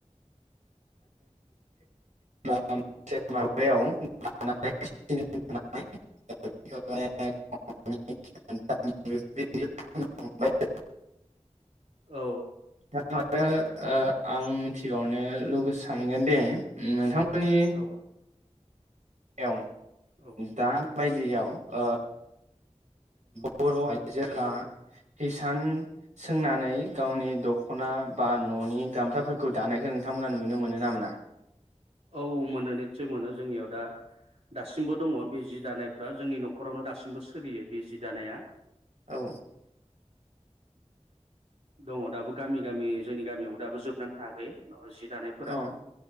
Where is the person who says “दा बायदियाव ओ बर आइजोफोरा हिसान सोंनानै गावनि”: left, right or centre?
Right